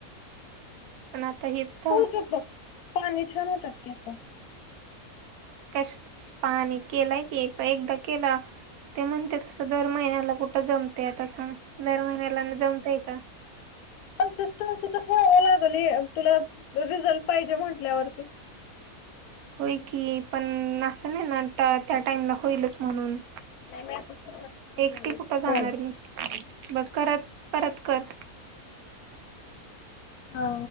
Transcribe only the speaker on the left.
तू बघ. स्पा नि छान होतात केसं.
कनसिस्टन्सी तर ठेवावी लागल तुला. रिझल्ट पाहिजे म्हंटल्यावरती.
नाही मी आता सुरुवात करणारय
स्पाला.
हा.